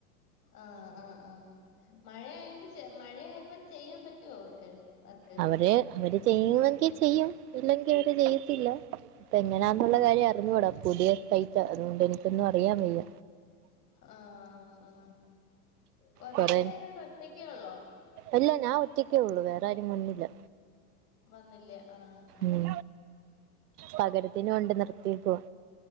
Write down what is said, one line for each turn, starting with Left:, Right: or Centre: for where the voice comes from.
Left: ആഹ് ആഹ് ആഹ് മഴയായൊണ്ട് മഴയായപ്പോ ചെയ്യാൻ പറ്റുവോ അവർക്ക് വർക്ക്
Right: അവര് അവര് ചെയ്യുമെങ്കിൽ ചെയ്യും ഇല്ലെങ്കിൽ അവര് ചെയ്യത്തില്ല ഇപ്പ എങ്ങനാന്നുള്ള
Left: ആ
Right: കാര്യം അറിഞ്ഞൂട പുതിയ സൈറ്റാ അതുകൊണ്ട് എനിക്കൊന്നും അറിയാൻ വയ്യ
Left: ആഹ് ആഹ് ആഹ് വെ
Right: കൊറേ
Left: വേറെ ആരുണ്ട് ഒറ്റക്കേ ഒള്ള്
Right: അല്ല ഞാൻ ഒറ്റക്കേ ഒള്ളു വേറെ ആരും വന്നില്ല
Left: വന്നില്ലേ ആ ആ
Right: ഉം പകരത്തിന് കൊണ്ട് നിർത്തിയേക്കുവാ